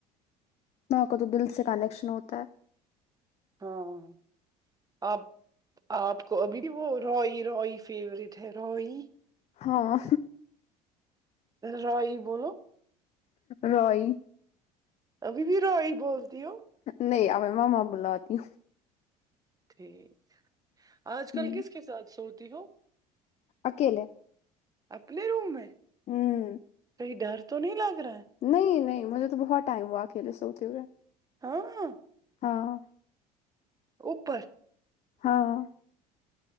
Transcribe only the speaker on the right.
ہاں آپ آپ کو ابھی وہ روئی روئی فیوروریٹ ہے روئی
رائی بولو
اب بھی روئی بولتی ہو
ٹھیک آج
کل کس کے ساتھ سوتی ہو
اپنے روم ہے
ڈر تو نہیں لگ رہا ہے
ہاں
اوپر